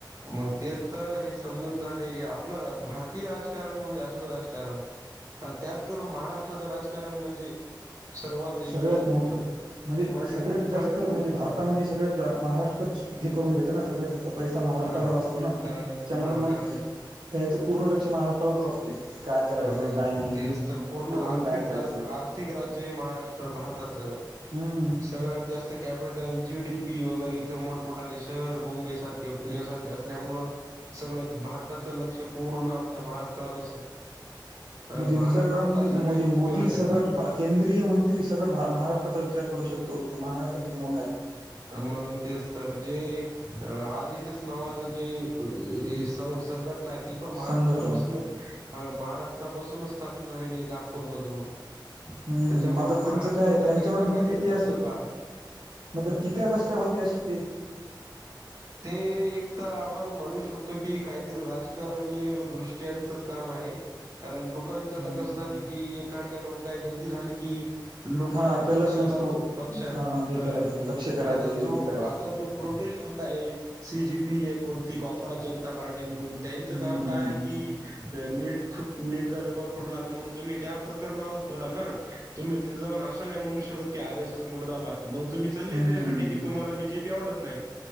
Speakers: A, on the right (about 45°); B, on the right (about 75°).
A: मग तेच तर हे समजून झाले हे आपलं भारतीय राजकारण म्हणजे असंच राजकारण आणि त्यात करून महाराष्ट्राचं राजकारण म्हणजे सर्वात एकदम
B: सगळ्यात मोठं म्हणजे
A: पलटू
B: सगळ्यांत जास्तं
A: पलटू
B: म्हणजे भारतामध्ये सगळ्यांत महाराष्ट्राचं हे करून देते ना सगळ्यांत जास्तं पैसा महाराष्ट्रातच
A: ह
B: असतो ना त्याच्यामुळे
A: कारण ह
B: मग
A: कारण
B: त्याचं पूर्ण लक्ष महाराष्ट्रावरच असते. काय करायचं
A: हं
B: काय नाही
A: तेच तर पूर्ण
B: कुठून
A: आर्थिक
B: काय करायचं
A: राज आर्थिक राज्य महाराष्ट्र भारताच
B: हम्म
A: सगळ्यांत जास्तं कॅपिटल जीडीपी वगैरे मोठमोठाले शहर मुंबई सारखे, पुण्यासारखे असल्यामुळे सगळं भारताचं लक्ष पूर्ण पूर्ण आमच्या महाराष्ट्रावरच आहे.
B: म्हणजे
A: महाराष्ट्र
B: विचार करा
A: त्रातच
B: ना तुम्ही
A: अशा काही
B: म्हणजे
A: गोष्टी
B: मोदी
A: व्हायल्यात
B: सगट
A: आता
B: केंद्रीय मंत्री सगट महाराष्ट्राचा विचार करू शकतो. तो महाराष्ट्र किती मोठा आहे.
A: मगं तेच तर जे आरस एस नावाचं जे संघटना आहेत. ती पण महाराष्ट्रापासूनच
B: संघटन
A: महाराष्ट्रापासूनच स्थापन झालेली आहे, नागपूर मधून त्याच्यामुळ
B: हम्म मात्र त्यांचं
A: महाराष्ट्राचा
B: काय आहे? त्यांच्यावर
A: काही ना
B: म्हणजे
A: काहीतरी
B: ते
A: धबधबा
B: अशी
A: आहे.
B: मात्र टीका कस काय होते अशी ते
A: ते एक तर आपण म्हणू शकतो की काहीतरी राजकारणी दृष्ट्यांचच काम आहे. कारण लोकांचं
B: हम्म
A: आता
B: हम्म
A: कस झालयं की एखाद्याकडून काय गलती.. झाली की लोक
B: हा
A: डायरेक्ट
B: त्यालाच
A: पक्षालाच
B: नुसतं
A: पक्षा
B: हा हे
A: अ.
B: करायचं लक्ष करायचं
A: आता
B: केंद्रित
A: जो
B: करायचं
A: आता जो प्रोटेस्ट होता आहे सी. जी. पी.. कोणती कोक्राझ जनता पार्टी म्हणून त्यांचं
B: हम्म
A: काम
B: हम्म
A: काय आहे
B: हम्म
A: की नीट नीटचा पेपर.. फुटला तर मग तुम्ही त्या प्रकणावरच बोला ना तुम्ही तिथ जाऊन असं नाही म्हणू शकत की आर. एस. एस मुडदा बाद.. मग तुम्ही..
B: हम्म
A: त्यांच्यासाठी की तुम्हाला बीजेपी आवडत नाही..